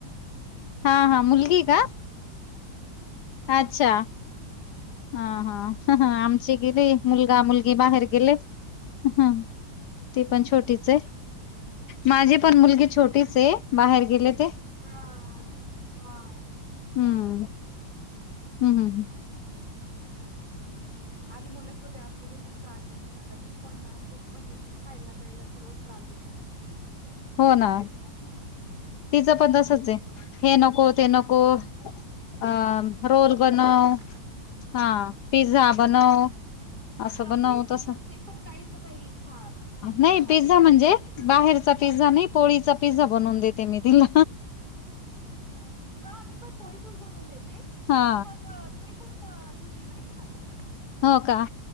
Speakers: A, on the left; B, on the right.
A: हा हा मुलगी का? अच्छा हा
B: खूप
A: हा आमचे गेले मुलगा मुलगी बाहेर गेले हा ती पण छोटीच आहे.
B: ह
A: माझी पण मुलगी छोटीच आहे बाहेर गेले ते
B: हा हा.
A: हम्म हम्म हम्म हम्म
B: आणि मुलं छोट्या असले की खूप त्रास देतात आता ही पण ना खूप म्हणजे की खायला प्यायला सर्वच त्रास देते. ह
A: हो ना तिचं
B: हम्म.
A: पण तसंच आहे हे नको ते नको अ रोल बनव
B: हो ना
A: हा पिझ्झा बनव असं
B: बापरे
A: बनव
B: ही
A: तसं
B: तर ते पण काहीच नाही खात.
A: नाही
B: असं वाटत
A: पिझ्झा
B: तरी
A: म्हणजे
B: खाईल
A: बाहेर पिझ्झा नाही पोळीचा पिझ्झा बनवून देते मी तिला
B: हम्म हा मी पण पोळीच बनवून देते
A: हा
B: पण मग ते पण हि नाही खात ओ
A: हो का